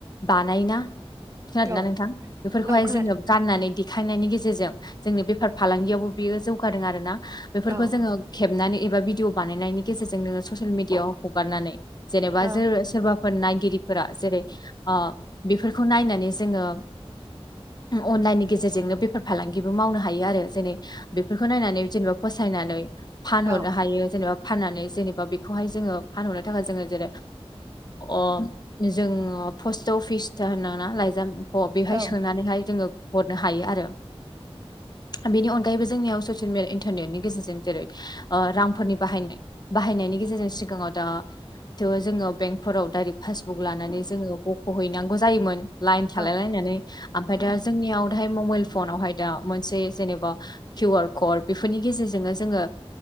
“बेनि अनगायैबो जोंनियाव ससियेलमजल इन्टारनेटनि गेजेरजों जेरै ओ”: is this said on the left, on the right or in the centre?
Left